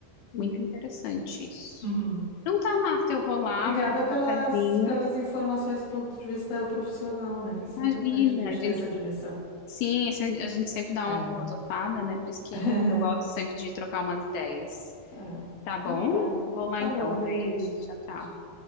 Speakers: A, on the left (about 50°); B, on the left (about 75°).
A: Sim.
B: Muito interessante isso.
A: Uhum.
B: Então tá, Marta, eu vou lá,
A: Obrigada
B: vou tomar um
A: pelas,
B: cafezinho.
A: pelas informações do ponto de vista profissional, né? Que isso
B: Imagina,
A: é importante a gente
B: a gente,
A: ter essa dimensão.
B: sim, esse- a gente sempre dá
A: É.
B: uma filosofada, né? Por isso que
A: <laughs>
B: eu gosto sempre de trocar umas ideias.
A: Ah,
B: Tá
A: então
B: bom?
A: tá.
B: Vou lá
A: Tá
B: então.
A: bom, beijo.
B: Beijo. Tchau, tchau.
A: Tchau.